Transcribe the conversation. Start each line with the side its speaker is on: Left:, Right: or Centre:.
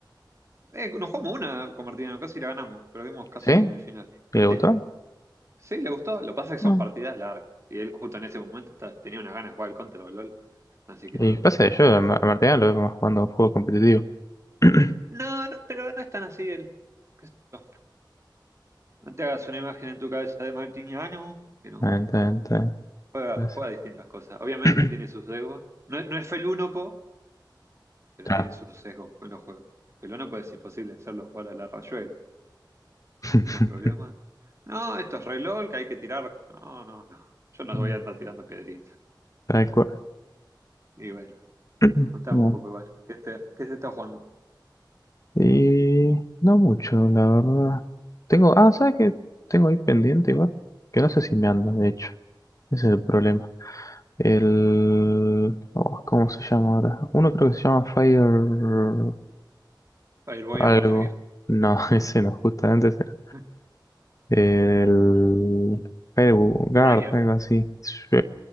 Right: Eh, nos jugamos una con Martina Alcázar y la ganamos. Perdimos casi
Left: ¿Sí?
Right: en el final.
Left: ¿Y le gustó?
Right: Sí. Sí, le gustó. Lo que pasa es que
Left: No.
Right: son partidas largas. Y él justo en ese momento está- tenía una gana de jugar al Counter o al LOL. Así que
Left: Y
Right: no,
Left: pasa
Right: no,
Left: que
Right: no
Left: yo a
Right: había
Left: Ma-
Right: forma.
Left: a Martina lo veo más jugando a juego competitivo. <clears throat>
Right: No, no, pero no es tan así él. Qué sé yo. No te hagas una imagen en tu cabeza de Martiniano, que no.
Left: Tan, tan, tan,
Right: Juega,
Left: así.
Right: juega distintas cosas. Obviamente
Left: <clears throat>
Right: tiene sus sesgos. No, es no es felúnopo, pero
Left: Claro.
Right: tiene sus sesgos con los juegos. Felúnopo es imposible hacerlo jugar a la Rayuela.
Left: <laughs>
Right: ¿Tenés más problemas? No, esto es reloj que hay que tirar. No, no, no. Yo no
Left: Mm,
Right: voy a andar tirando piedritas.
Left: Tal cual.
Right: Y bueno,
Left: <clears throat>
Right: contame
Left: No.
Right: un poco igual. ¿Qué, te- qué se está jugando?
Left: Y no mucho, la verdad. Tengo, ah, ¿sabes qué? Tengo ahí pendiente igual, que no sé si me anda, de hecho. Ese es el problema. El... oh, ¿cómo se llama ahora? Uno creo que se llama Fire
Right: Fireboy
Left: algo.
Right: and Watergear.
Left: No, <laughs> ese no, justamente ese. no.
Right: <laughs>
Left: El... Guard,
Right: Fire.
Left: algo así. Sí,